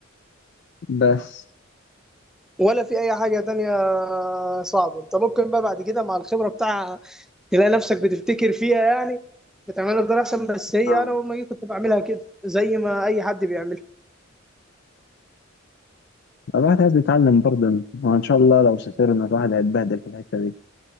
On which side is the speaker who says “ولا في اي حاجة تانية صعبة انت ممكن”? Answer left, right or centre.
Centre